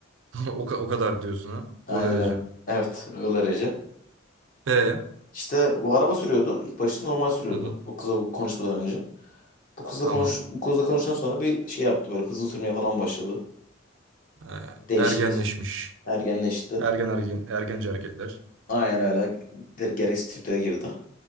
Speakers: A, on the right; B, on the left.
A: O, ka- o kadar diyorsun ha.
B: Aynen
A: O derece.
B: öyle. Evet, o derece.
A: E.
B: İşte bu araba sürüyordu. İlk başta normal sürüyordu.
A: Hı hı.
B: Bu kızla bu konuşmadan önce. Bu kızla
A: Tamam.
B: konuş bu kızla konuşan sonra bir şey yaptı böyle hızlı sürmeye falan başladı.
A: Ee,
B: Değişti.
A: ergenleşmiş.
B: işte. Ergenleşti.
A: Ergen ergen ergenci hareketler.
B: Aynen öyle. Der- Gereksiz triplere girdi.